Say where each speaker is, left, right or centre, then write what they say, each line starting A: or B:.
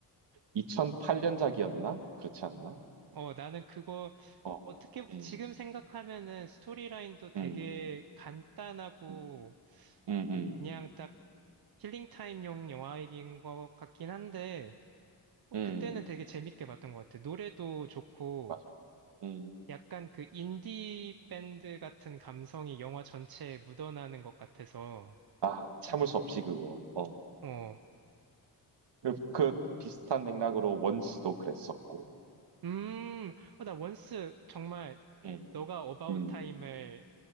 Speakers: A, on the right (about 75°); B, on the right (about 60°).
A: 2008년작이었나? <laughs> 그렇지 않나?
B: 어, 나는 그거
A: 어,
B: 어떻게 보-
A: 음,
B: 지금 생각하면은 스토리라인도 되게
A: 음,
B: 간단하고
A: 음, 음, 음,
B: 그냥 딱 킬링 타임용 영화이긴 것 같긴 한데, 어,
A: 음,
B: 그때는 되게 재밌게 봤던 것 같아. 노래도 좋고,
A: 맞아. 음,
B: 약간 그 인디 밴드 같은 감성이 영화 전체에 묻어나는 것 같아서,
A: 아, 참을 수 없이 그거. 어,
B: 어,
A: 그, 그 비슷한 맥락으로 원스도 그랬었고.
B: 음, 어, 나 원스 정말
A: 음,
B: 너가 어바웃
A: 음.
B: 타임을